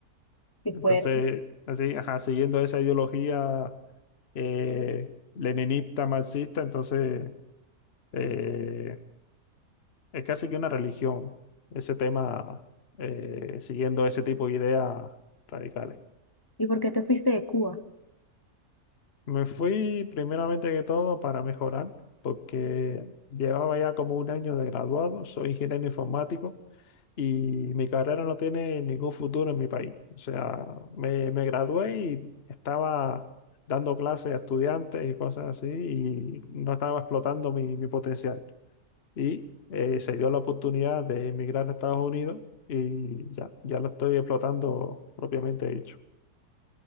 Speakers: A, on the left; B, on the left.
A: Qué
B: Entonces,
A: fuerte.
B: así, ajá, siguiendo esa ideología eh, leninista, marxista, entonces eh, es casi que una religión ese tema, eh, siguiendo ese tipo de ideas radicales.
A: ¿Y por qué te fuiste de Cuba?
B: Me fui primeramente que todo para mejorar, porque llevaba ya como un año de graduado, soy ingeniero informático. y mi carrera no tiene ningún futuro en mi país. O sea, me, me gradué y estaba dando clases a estudiantes y cosas así y no estaba explotando mi, mi potencial. Y eh, se dio la oportunidad de emigrar a Estados Unidos y ya, ya lo estoy explotando propiamente dicho.